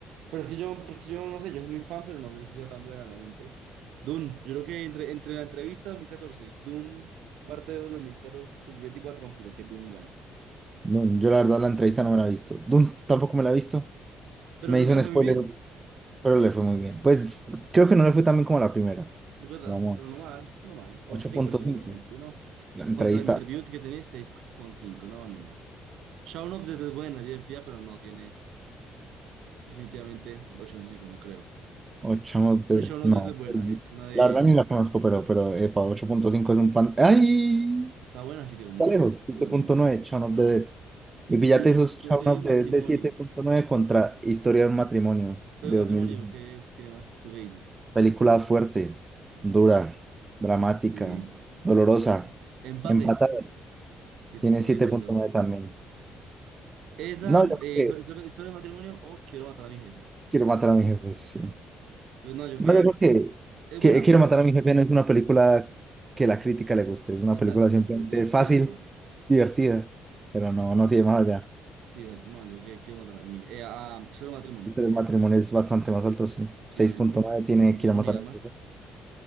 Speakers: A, on the right; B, on the right.
A: Pero es que yo, pues que yo no sé, yo soy muy fan, pero no sé si sea tan buena realmente. Dune, yo creo que entre, entre la entrevista 2014 y Dune, parte de 2014, 2024, creo que Dune gana.
B: No, yo la verdad la entrevista no me la he visto. Dune tampoco me la he visto.
A: Pero
B: Me
A: creo
B: hizo
A: que le
B: un
A: fue
B: spoiler,
A: muy bien,
B: pero le fue muy bien. Pues creo que no le fue tan bien como la primera.
A: es verdad,
B: Vamos,
A: pero no mal, pero no mal. ocho
B: ocho
A: cinco
B: punto
A: le fue
B: cinco
A: muy bien, sí, no.
B: La entrevista.
A: Contra Interview que tiene seis coma cinco no, no, no. Shaun of the Dead es buena, divertida, pero no tiene definitivamente ocho coma cinco no creo.
B: Ochamos de...
A: Pero Shaun of
B: No,
A: the Dead es buena, es una de...
B: la verdad ni la conozco, pero, pero, epa, 8.5 es un pan... ¡Ay!
A: Está buena, siete coma
B: Está
A: nueve
B: lejos, 7.9,
A: igualmente.
B: Shaun of
A: <gasps>
B: the Dead. Y fíjate
A: E historia
B: esos Shaun of
A: de un
B: the
A: matrimonio.
B: Dead de 7.9 contra Historia de un matrimonio
A: Pero
B: de
A: de matrimonio,
B: 2019.
A: que es? Tiene más, tú qué dices.
B: Película fuerte, dura, dramática,
A: Sí.
B: dolorosa,
A: Empate.
B: empatadas.
A: Siete
B: Tiene
A: con nueve
B: 7.9
A: las dos.
B: también.
A: Esa,
B: No, yo
A: eh,
B: creo que
A: historia, historia- historia de matrimonio o quiero matar a mi jefe.
B: quiero matar a mi jefe. sí.
A: Pues no, yo
B: No,
A: que
B: yo creo que,
A: es
B: que
A: buena,
B: Quiero
A: pero
B: matar a mi jefe no es una película que la crítica le guste, es una
A: exacto,
B: película
A: exacto.
B: simplemente
A: Es divertida,
B: fácil,
A: pero no.
B: divertida, pero no, no tiene más allá.
A: Sí, exacto. No, yo que quiero matar a mi jefe. Eh, ah, historia de matrimonio,
B: Entonces,
A: debe
B: el matrimonio
A: ser.
B: es bastante más alto, sí.
A: Efectivamente.
B: seis punto nueve tiene
A: Un-
B: Quiero
A: una
B: matar
A: unidad
B: a
A: más.
B: mi jefe.